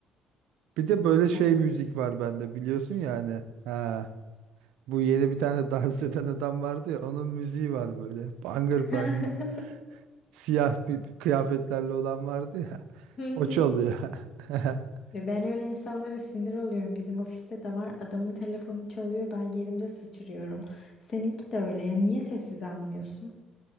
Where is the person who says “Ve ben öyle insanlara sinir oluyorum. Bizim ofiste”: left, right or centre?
Left